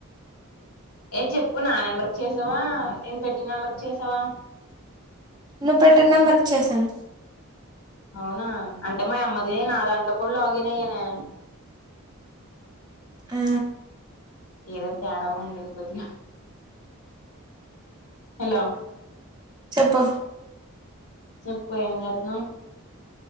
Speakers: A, on the left (about 80°); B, on the right (about 20°).
A: ఏ చెప్పు నా నెంబర్కి చేసావా, నేను పెట్టిన నెంబర్కి చేసావా?
B: నువ్వు పెట్టిన నంబర్కి చేశాను.
A: అవునా అంటే మాయమ్మదే నా దాంట్లో కూడ లాగిన్ అయ్యానే.
B: ఆ
A: ఏదో తేడా ఉంది ఇది కొద్దిగా, హలో
B: చెప్పు
A: చెప్పు ఏం చేత్తన్నవ్?